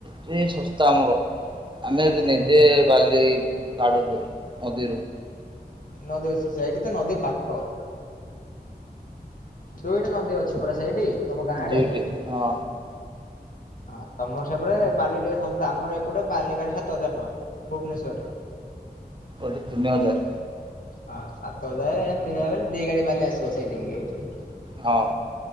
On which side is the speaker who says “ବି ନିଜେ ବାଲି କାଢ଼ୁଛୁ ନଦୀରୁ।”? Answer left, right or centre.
Right